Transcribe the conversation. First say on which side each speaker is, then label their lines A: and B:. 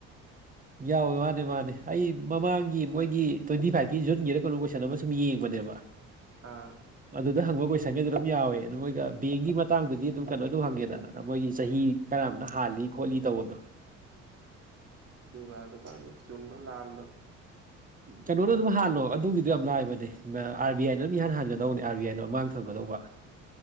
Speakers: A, on the right; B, on the right.
A: ꯌꯥꯎꯋꯦ ꯃꯥꯅꯦ ꯃꯥꯅꯦ ꯑꯩ ꯃꯃꯥꯡꯒꯤ ꯃꯣꯏꯒꯤ ꯇ꯭ꯋꯦꯟꯇꯤ ꯐꯥꯏꯚꯀꯤ ꯖꯨꯟꯒꯤꯗ ꯀꯩꯅꯣ ꯀꯣꯏꯁꯟ ꯑꯃ ꯁꯨꯝ ꯌꯦꯡꯕꯅꯦꯕ
B: ꯑ
A: ꯑꯗꯨꯗ ꯍꯪꯕ ꯀꯣꯏꯁꯟꯒꯩꯗ ꯑꯗꯨꯝ ꯌꯥꯎꯋꯦ ꯑꯗꯨ ꯃꯣꯏꯒ ꯕꯦꯡꯒꯤ ꯃꯇꯥꯡꯗꯨꯗꯤ ꯑꯗꯨꯝ ꯀꯩꯅꯣ ꯇꯝ ꯍꯪꯒꯦꯗꯅ ꯃꯣꯏꯒꯤ ꯆꯍꯤ ꯀꯔꯝꯕꯇ ꯍꯥꯜꯂꯤ ꯈꯣꯠꯂꯤ ꯇꯧꯕꯗꯣ
B: ꯑꯗꯨꯒ ꯑꯗꯨꯀꯥꯟꯗ ꯆꯨꯝꯕ ꯂꯥꯝꯕ
A: ꯀꯩꯅꯗ ꯑꯗꯨ ꯍꯥꯜꯣ ꯑꯗꯨꯒꯤꯗꯤꯣ ꯌꯥꯝ ꯂꯥꯏꯕꯅꯦ ꯑꯥꯔ ꯕꯤ ꯑꯥꯏꯅ ꯑꯗꯨꯝ ꯏꯍꯥꯟ ꯍꯥꯟꯒꯗꯧꯕꯅꯤ ꯑꯥꯔ ꯕꯤ ꯑꯥꯏꯅ ꯃꯃꯥꯡ ꯊꯝꯒꯗꯧꯕ